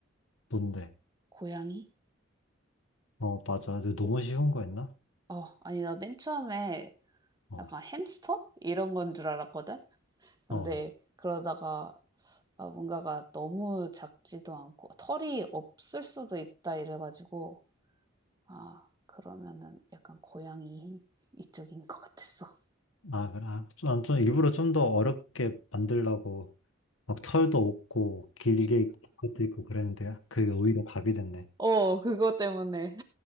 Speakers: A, on the left; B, on the right.
A: 뭔데?
B: 고양이?
A: 어, 맞아. 근데 너무
B: 어,
A: 쉬운 거였나?
B: 어, 아니, 나 맨 처음에
A: 어,
B: 약간 햄스터? 이런 건 줄 알았거든? 근데
A: 어.
B: 그러다가 아, 뭔가가 너무 작지도 않고 털이 없을 수도 있다 이래가지고 아, 그러면은 약간 고양이 이쪽인 것 같았어.
A: 아, 그래. 아, 좀, 난좀 일부러 좀 더 어렵게 만들려고 막 털도 없고 길게 입고 것도 있고 그랬는데 그게 오히려 답이 됐네.
B: 어, 그거 때문에.